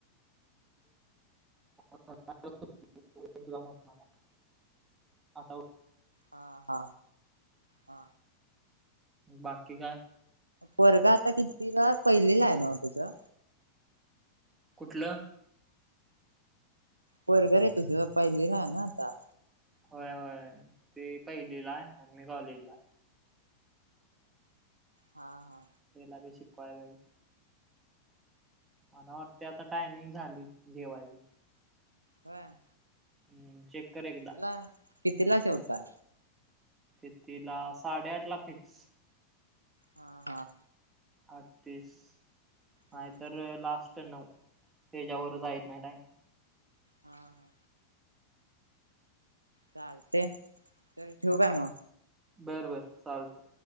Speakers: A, on the right (about 15°); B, on the right (about 85°).
A: <unintelligible>
B: हा हा हा!
A: बाकी काय?
B: पोरगा आता कितवी ला पहिलीला आहे नव तुझा.
A: कुठलं.
B: पोरग रे तुज पहिली ला आहे ना आता.
A: होय, होय ते पहिली ला आण मी कॉलेजला.
B: हा हा!
A: ते लागे शिकवाय बाई. अन आता ते आता टायमिंग झालय जेवायच.
B: व्हयं!
A: हूं चेक कर एकदा
B: कितीला कितीला जेवताय.
A: कितीला साडेआठ ला फिक्स.
B: हा हा!
A: आठतीस नाहीतर
B: हम्म
A: लास्ट नऊ, त्याच्यावर जायीत नाही टाइम.
B: हा हा! चालतेय चल ठेवू काय म.
A: बर बर चालत.